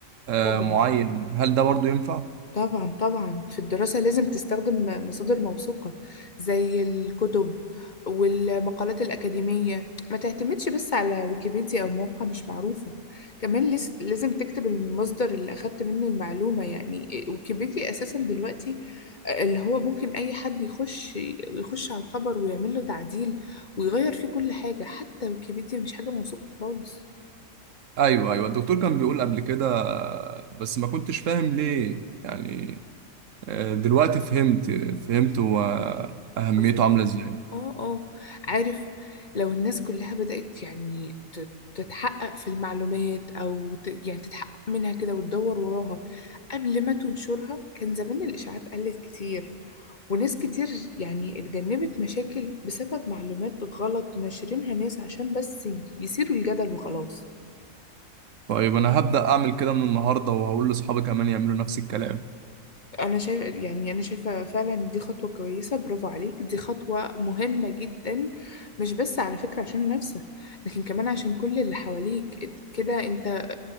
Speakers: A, on the right (about 70°); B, on the left (about 40°).
A: آه،
B: طبعا
A: معين هل ده برضو ينفع؟
B: طبعا طبعا في الدراسة لازم تستخدم مصادر موثوقة زي الكتب والمقالات الأكاديمية ما تعتمدش بس على ويكيبيديا أو موقع مش معروفة كمان لس- لازم تكتب المصدر اللي أخدت منه المعلومة يعني ويكيبيديا أساسا دلوقتي اللي هو ممكن أي حد يخش يخش على الخبر ويعمل له تعديل ويغير فيه كل حاجة حتى ويكيبيديا مش حاجة موثوقة خالص
A: أيوه أيوه الدكتور كان بيقول قبل كده آه، بس ما كنتش فاهم ليه يعني آه، دلوقتي فهمت فهمت هو أهميته
B: قصدي
A: عاملة إزاي
B: اه اه عارف لو الناس كلها بدأت يعني ت- تتحقق في المعلومات او ت... يعني تتحقق منها كده وتدور وراها قبل ما تنشرها كان زمان الإشاعات قلت كتير وناس كتير يعني اتجنبت مشاكل بسبب معلومات غلط ناشرينها ناس عشان بس يثيروا الجدل وخلاص
A: طيب أنا هبدأ أعمل كده من النهاردة وهقول لأصحابي كمان يعملوا نفس الكلام
B: انا شايف يعني انا شايفه فعلا دي خطوه كويسه برافو عليك دي خطوه مهمه جدا مش بس على فكره عشان نفسك لكن كمان عشان كل اللي حواليك كده انت